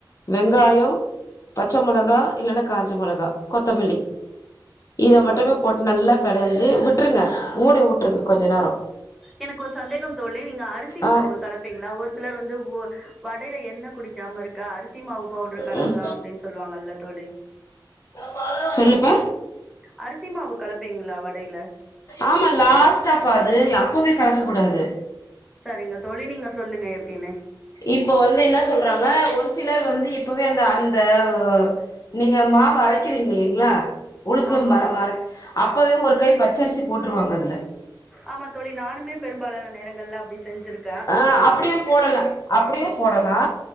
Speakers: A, on the left; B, in the centre.
A: வெங்காய பச்ச மொளகா இல்லைன்னா காஞ்ச மொளகா கொத்தமல்லி இத மட்டுமே
B: ஓ
A: போட்டு நல்லா பினைஞ்சி விட்ருங்க மூடி விட்ருங்க கொஞ்சோ நேர
B: எனக்கு ஒரு சந்தேகம் தோழி நீங்க அரிசி
A: ஆ
B: மாவு கலப்பீங்ளா ஒரு சிலர் வந்து ஒ வடையில என்ன குடிக்காம இருக்க அரிசி மாவு பவுடர் கலக்கலாம்
A: ம்
B: அப்டின்னு சொல்லுவாங்கல்ல தோழி
A: த ப சொல்லுப்பா
B: அரிசி மாவு கலப்பீங்களா வடையில
A: ஆமா லாஸ்ட்டாப்பா அது அப்பவே கலக்க கூடாது
B: சரிங்க தோழி நீங்க சொல்லுங்க எப்டின்னு
A: இப்போ வந்து என்ன சொல்றாங்க ஒரு சிலர் வந்து இப்பவே அந்த அந்த வ நீங்க மாவு அரைக்கிறீங்க இல்லைங்கலா உளுத்துலும்
B: ஆமாங்க
A: மாவு அற அப்பவே ஒரு கை பச்சரிசி போட்டுருவாங்க அதுல
B: ஆமா தோழி நானுமே பெரும்பாலான நேரங்கள்ல அப்டி செஞ்சிருக்
A: ஆ அப்டியும் போடலாம் அப்டியும் போடலா